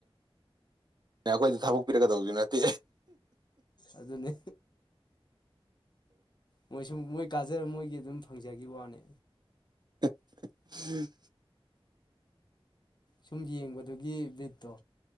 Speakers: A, on the right; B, on the left.
A: <unintelligible> ꯅꯠꯇꯦ
B: ꯑꯗꯨꯅꯤ꯫ ꯃꯣꯏ ꯁꯨꯝ ꯃꯣꯏ ꯀꯥꯖꯔ ꯃꯣꯏꯒꯤ ꯑꯗꯨꯝ ꯐꯪꯖꯈꯤꯕ ꯋꯥꯅꯦ꯫
A: ꯎꯝ
B: ꯁꯨꯝ ꯌꯦꯡꯕꯗꯨꯒꯤ ꯕꯤꯠꯇꯣ